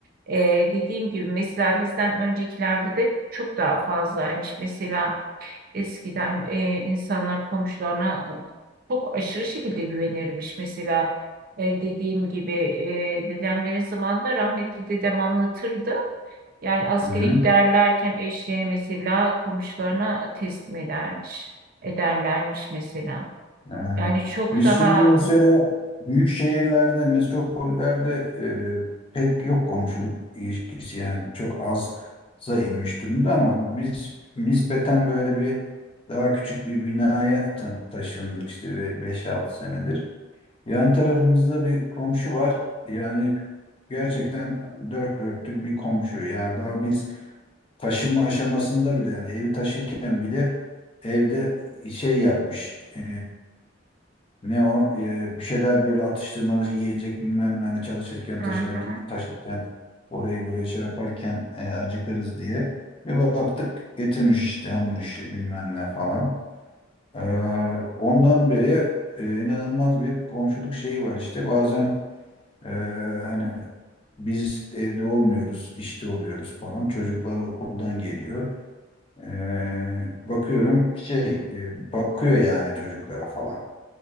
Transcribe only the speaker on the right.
Ee, dediğim gibi mesela bizden öncekilerde de çok daha fazlaymış. Mesela eskiden e, insanlar komşularına çok aşırı şekilde güvenirmiş. Mesela e, dediğim gibi e, dedemlerin zamanında rahmetli dedem anlatırdı. Yani askeri
giderlerken eşlerini mesela komşularına teslim edermiş. Ederlermiş mesela.
Yani çok
daha
Hı hı.